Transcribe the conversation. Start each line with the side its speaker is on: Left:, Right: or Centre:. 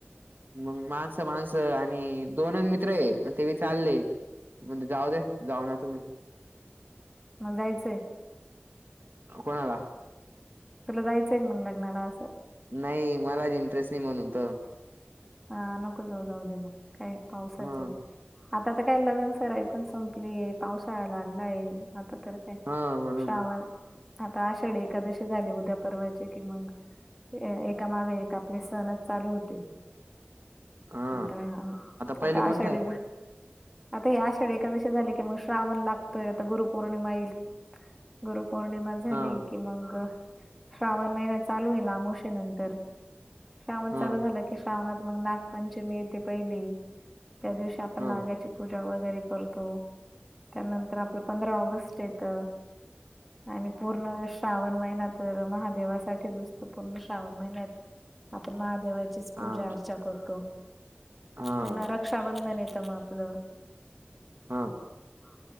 Right: मग माज माणसं आणि दोन मित्र आहे मग ते पण, चालले म्हण जाऊदे जाऊन येतो मी
Centre: मग जायचंय
Right: आहों, कोणाला
Centre: तुला जायचं आहे मग लग्नाला असं
Right: नाही मलाच इंटरेस्ट नाही म्हणून त
Centre: हा नको जाऊ जाऊ दे मग काय पावसाचे
Right: हा
Centre: आता तर काय लग्न सराई पण संपली मे पावसाळा, लागलाय आता तर काय,
Right: हा म्हणून
Centre: श्रावण आता आषाढी एकादशी झाली उद्या परवाची, की मग एकामागे एक आपले सणच चालू होतील
Right: हा
Centre: अह
Right: पहिले
Centre: आता
Right: कोणता
Centre: आषाढी
Right: आहे
Centre: आता या आषाढीएकादशी झाली की मग श्रावण लागतोय आता गुरुपौर्णिमा येईल गुरुपौर्णिमा झाली
Right: हा
Centre: की मग, श्रावण महिना चालू होईन आमोशे नंतर. श्रावण
Right: हा
Centre: चालू झालं की श्रावणात मग नागपंचमी येते पहिली. त्या दिवशी आपण
Right: हा
Centre: नागाची पूज ज्या वगैरे करतो, त्यानंतर आपलं पंधरा ऑगस्ट येत. आणि पूर्ण श्रावण महिना तर महादेवासाठीच असतो पूर्ण श्रावण महिन्यात आपण महादेवा चीच
Right: हा
Centre: पूजा अर्चा करतो,
Right: हा
Centre: पुन्हा रक्षाबंधन येतं म आपलं.
Right: हा
Centre: हा,